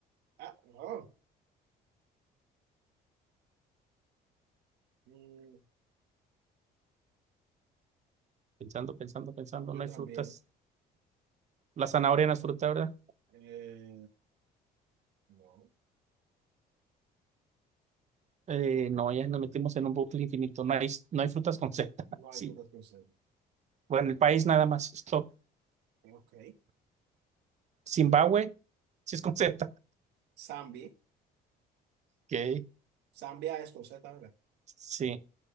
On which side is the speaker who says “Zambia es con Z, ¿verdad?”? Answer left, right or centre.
Right